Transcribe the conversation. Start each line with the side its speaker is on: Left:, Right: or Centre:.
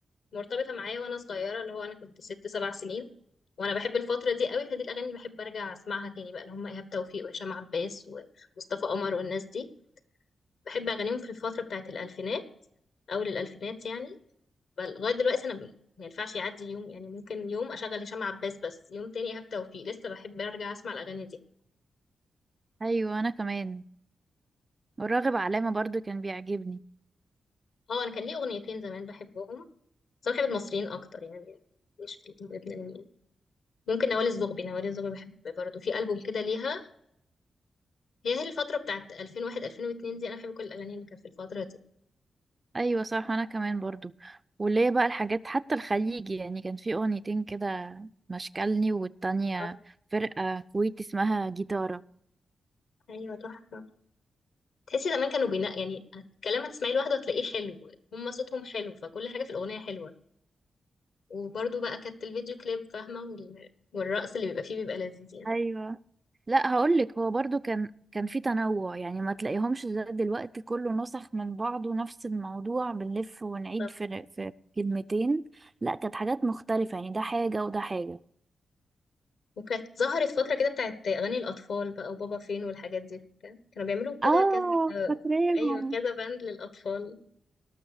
Left: مرتبطه معايا وانا صغيره اللي هو انا كنت ست سبع سنين وانا بحب الفتره دي قوي فدي الاغاني اللي بحب ارجع اسمعها تاني بقى اللي هم ايهاب توفيق وهشام عباس ومصطفى قمر والناس دي بحب اغانيهم في الفتره بتاعت الالفينات اول الالفينات يعني بل- لغايه دلوقتي انا ب- ما ينفعش يعدي يوم يعني ممكن يوم اشغل هشام عباس بس يوم تاني ايهاب توفيق لسه بحب ارجع اسمع الاغاني دي
Right: ايوه انا كمان والراغب علامة برضو كان بيعجبني
Left: اه انا كان ليه اغنيتين زمان بحبهم بس انا بحب المصريين اكتر يعني مش في اللبنانيين ممكن نوال الزغبي نوال الزغبي بحب برضه في البوم كده ليها هي هي الفتره بتاعت 2001 2002 دي انا بحب كل الاغاني اللي كانت في الفتره دي
Right: ايوه صح وانا كمان برضو وليه بقى الحاجات حتى الخليجي يعني كان في اغنيتين كده مشكلني والتانية
Left: اه
Right: فرقة كويتي اسمها جيتارة
Left: ايوه تحفه تحسي زمان كانوا بينا يعني الكلام هتسمعيه لوحده هتلاقيه حلو هم صوتهم حلو فكل حاجه في الاغنيه حلوه وبرضو بقى كانت الفيديو كليب فاهمة وال... والرقص اللي بيبقى فيه بيبقى لذيذ يعني
Right: ايوه لا هقولك هو برضو كان كان في تنوع يعني ما تلاقيهمش زي دلوقتي كله نسخ من بعضه نفس الموضوع بنلف ونعيد
Left: طب.
Right: في في كلمتين لا كانت حاجات مختلفة يعني ده حاجة وده حاجة
Left: وكانت ظهرت فترة كده بتاعت أغاني الأطفال بقى وبابا فين والحاجات دي كان- كانوا بيعملوا كده
Right: اه
Left: كذا
Right: فاكراهم
Left: أيوة كذا باند للأطفال